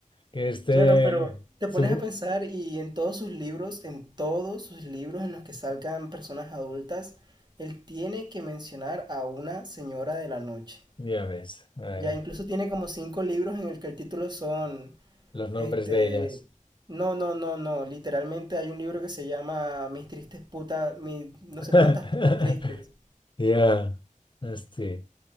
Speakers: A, on the left (about 35°); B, on the right (about 30°).
A: que esté
B: Claro, pero te
A: su...
B: pones a pensar y en todos sus libros, en todos sus libros en los que salgan personas adultas, él tiene que mencionar a una señora de la noche.
A: Ya ves, a ver,
B: Ya incluso tiene como cinco libros en el que el título son
A: los nombres
B: Este,
A: de ellas.
B: no, no, no, no. Literalmente hay un libro que se llama Mis tristes putas, mis no
A: <laughs>
B: sé cuántas putas tristes.
A: Ya, hostia.